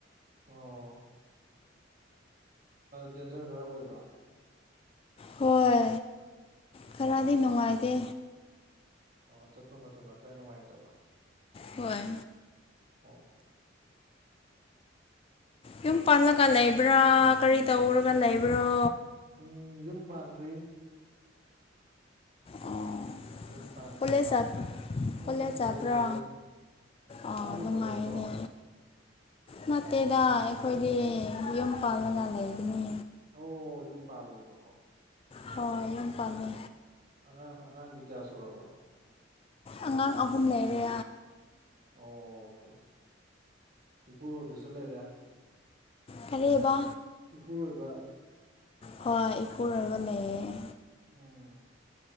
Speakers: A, on the right; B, on the left.
A: ꯑꯣ ꯗꯦꯟꯖꯔ ꯈꯔ ꯑꯣꯏꯕ
B: ꯍꯣꯏ
A: ꯑꯣ
B: ꯈꯔꯗꯤ ꯅꯨꯡꯉꯥꯏꯇꯦ
A: ꯑꯣ ꯆꯠꯄ ꯃꯇꯝꯗ ꯈꯔ ꯅꯨꯡꯉꯥꯏꯇꯕ
B: ꯍꯣꯏ
A: ꯑꯣ
B: ꯌꯨꯝ ꯄꯜꯂꯒ ꯂꯩꯕ꯭ꯔꯥ ꯀꯔꯤ ꯇꯧꯔꯒ ꯂꯩꯕ꯭ꯔꯣ
A: ꯎꯝ ꯌꯨꯝ ꯄꯥꯟꯗ꯭ꯔꯤ
B: ꯑꯣ
A: ꯌꯨꯝ ꯄꯥꯟꯗ꯭ꯔꯤ
B: ꯀꯣꯂꯦꯖ ꯆꯠ
A: ꯎꯝ
B: ꯀꯣꯂꯦꯖ ꯆꯠꯄ꯭ꯔꯥ
A: ꯀꯣꯂꯦꯖꯇ ꯂꯩ
B: ꯑꯥ
A: ꯅꯪꯖꯨ
B: ꯅꯨꯡꯉꯥꯏꯅꯦ
A: ꯀꯣꯂꯦꯖꯂꯣ
B: ꯅꯠꯇꯦꯗ ꯑꯩꯈꯣꯏꯗꯤ ꯌꯨꯝ ꯄꯥꯜꯂꯅ ꯂꯩꯒꯅꯤ
A: ꯑꯣ ꯌꯨꯝ ꯄꯥꯜꯂꯦꯕꯀꯣ
B: ꯍꯣꯏ ꯌꯨꯝ ꯄꯥꯜꯂꯦ
A: ꯑꯣ ꯑꯥꯡ ꯑꯉꯥꯡꯗꯤ ꯀꯌꯥ ꯁꯨꯔꯕ
B: ꯑꯉꯥꯡ ꯑꯍꯨꯝ ꯂꯩꯔꯦ
A: ꯑꯣꯀꯦ ꯏꯄꯨꯔꯣꯏꯕꯁꯨ ꯂꯩꯔꯦ
B: ꯀꯔꯤꯕ
A: ꯏꯄꯨꯔꯣꯏꯕ
B: ꯍ ꯏꯨꯔ ꯑꯣꯏ ꯂꯩꯌꯦꯦ
A: ꯎꯝ